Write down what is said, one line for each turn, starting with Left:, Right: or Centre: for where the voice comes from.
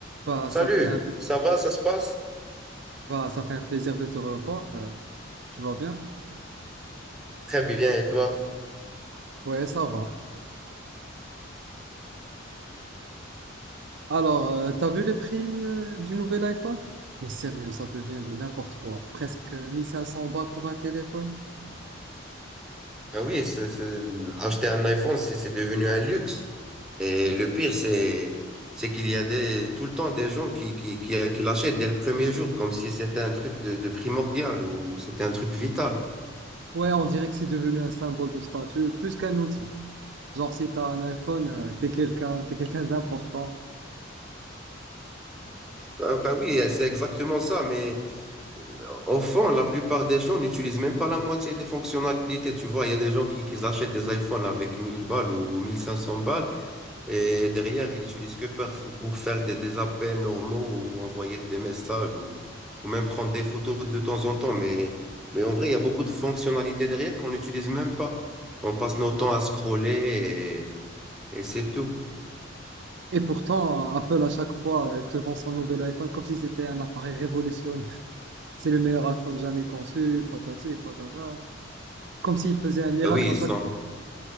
Right: Bah,
Centre: Salut,
Right: ça fait un, pl-
Centre: ça va, ça se passe?
Right: bah, ça fait un plaisir de te revoir. euh, Tu vas bien?
Centre: Très bien, et toi?
Right: Ouais, ça va. Alors, euh, t'as vu les prix euh, du nouvel iPhone? Mais sérieux, ça devient du n'importe quoi. Presque 1500 balles pour un téléphone.
Centre: Ah oui, c'est- c'est- acheter un iPhone, c'est c'est devenu un luxe. Et le pire, c'est c'est qu'il y a des, tout le temps des gens qui, qui, qui, qui l'achètent dès le premier jour, comme si c'était un truc de, de primordial ou c'était un truc vital.
Right: Ouais, on dirait que c'est devenu un symbole de statut plus qu'un outil. Genre, si t'as un iPhone, euh, t'es quelqu'un, t'es quelqu'un d'important.
Centre: Bah, bah oui, c'est exactement ça, mais euh, au fond, la plupart des gens n'utilisent même pas la moitié des fonctionnalités. Tu vois, il y a des gens qui, qui achètent des iPhones avec 1000 balles ou mille cinq cents balles Et derrière, ils utilisent que par- pour faire des, des appels normaux ou envoyer des messages ou, ou même prendre des photos de temps en temps. Mais, mais en vrai, il y a beaucoup de fonctionnalités derrière qu'on n'utilise même pas. On passe nos temps à scroller et, et c'est tout.
Right: Et pourtant, Apple, à chaque fois, elle te vend son nouvel iPhone comme si c'était un appareil révolutionnaire. C'est le meilleur iPhone jamais conçu, patati, patata. Comme s'il faisait un miracle
Centre: Bah oui, ils
Right: à chaque
Centre: sont,
Right: fois.